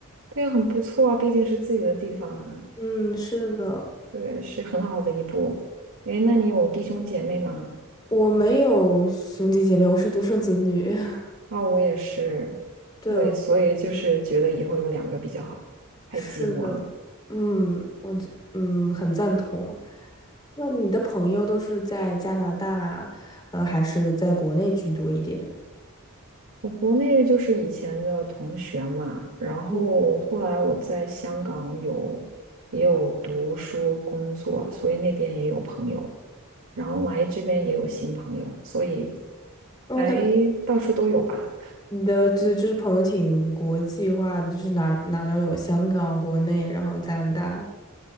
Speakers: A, on the right; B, on the left.
A: 对啊，很不错啊，毕竟是自己的地方啊，
B: 嗯，是的。
A: 对，是很好的一步。诶，那你有弟兄姐妹吗？
B: 我没有兄弟姐妹，我是独生子女。<laughs>
A: 哦，我也是，
B: 对，
A: 对，
B: 我
A: 所以就是觉得以后有两个比较好，太寂寞了。
B: 是的，嗯，我这嗯很赞同。那你的朋友都是在加拿大，呃，还是在国内居多一点？
A: 我国内就是以前的同学嘛，然后后来我在香港有也有读书工作，
B: 嗯，
A: 所以那边也有朋友，然后来这边也有新朋友，所以
B: 那我感觉
A: 还到处都有吧。
B: 你的就是就是朋友挺国际化的，就是哪儿哪儿都有，香港、国内，然后加拿大。